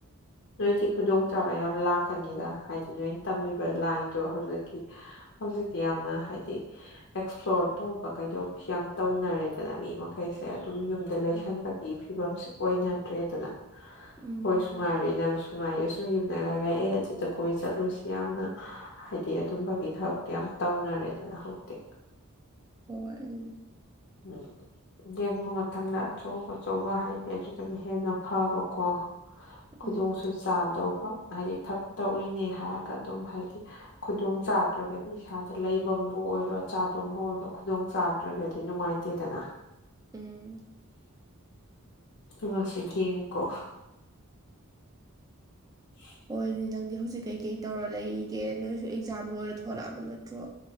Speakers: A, on the left; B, on the right.
A: ꯅꯣꯏꯗꯤ ꯈꯨꯗꯣꯡꯆꯥꯥꯕ ꯌꯥꯝ ꯂꯥꯛꯀꯅꯤꯗ ꯍꯥꯏꯗꯤ ꯅꯣꯏꯅ ꯇꯝꯃꯤꯕ ꯂꯥꯏꯟꯗꯣ ꯍꯧꯖꯤꯛꯀꯤ ꯍꯧꯖꯤꯛꯇꯤ ꯌꯥꯝꯅ ꯍꯥꯏꯗꯤ ꯑꯦꯛꯁꯄ꯭ꯂꯣꯔ ꯇꯧꯕ ꯀꯩꯗꯧꯕ ꯌꯥꯝ ꯇꯧꯅꯔꯦꯗꯅ ꯃꯤ ꯃꯈꯩꯁꯦ ꯑꯗꯨꯝ ꯌꯨꯝꯗ ꯂꯩꯁꯟꯕꯒꯤ
B: ꯎꯝ
A: ꯐꯤꯕꯝꯁꯦ ꯑꯣꯏꯅꯗ꯭ꯔꯦꯗꯅ ꯫
B: ꯎꯝ
A: ꯅꯨꯡꯉꯥꯏꯔꯏ ꯅꯪꯁꯨ ꯉꯥꯏꯔꯤ ꯑꯁꯨꯝ ꯌꯨꯝꯗ ꯂꯩ ꯂꯛꯑꯦ ꯑꯗꯨꯗ ꯀꯣꯏ ꯆꯠꯂꯨꯁꯤ ꯌꯥꯝꯅ ꯍꯥꯏꯗꯤ ꯑꯗꯨꯝꯕꯒꯤ ꯊꯕꯛꯇꯤ ꯌꯥꯝ ꯇꯧꯅꯔꯦꯗꯅ ꯍꯧꯇꯤ꯫
B: ꯍꯣꯏ
A: ꯎꯝ ꯌꯦꯡꯕ ꯃꯊꯪꯗ ꯑꯆꯧ ꯑꯆꯧꯕ ꯍꯥꯏ ꯍ ꯑꯗꯨꯗꯒꯤ ꯍꯦꯟꯅ ꯐꯕꯀꯣ ꯈꯨꯗꯣꯡꯁꯨ
B: ꯎꯝ
A: ꯆꯥꯗꯧꯕ ꯍꯥꯏꯗꯤ ꯊꯕꯛ ꯇꯧꯔꯤꯅꯦ ꯍꯥꯏꯔꯒ ꯑꯗꯨꯝ ꯍꯥꯏꯗꯤ ꯈꯨꯗꯣꯡ ꯆꯥꯠꯇ꯭ꯔꯒꯗꯤ ꯏꯁꯥꯗ ꯂꯩꯕꯝꯕꯨ ꯑꯣꯏꯔꯣ ꯆꯥꯐꯝꯕꯨ ꯑꯣꯏꯔꯣ ꯈꯨꯗꯣꯡ ꯆꯥꯗ꯭ꯔꯒꯗꯤ ꯅꯨꯡꯉꯥꯏꯇꯦꯗꯅ꯫
B: ꯎꯝ
A: ꯃꯁꯤ ꯒꯦꯛ ꯀꯣ꯫ <unintelligible>
B: ꯍꯣꯏꯅꯤ ꯅꯪꯗꯤ ꯍꯧꯖꯤꯛ ꯀꯩ-ꯀꯩ ꯇꯧꯔꯥ ꯂꯩꯔꯤꯒꯦ ꯅꯣꯏꯁꯨ ꯑꯦꯛꯖꯥꯝ ꯂꯣꯏꯔꯥ ꯊꯣꯛꯂꯛꯑꯕ ꯅꯠꯇ꯭ꯔꯣ꯫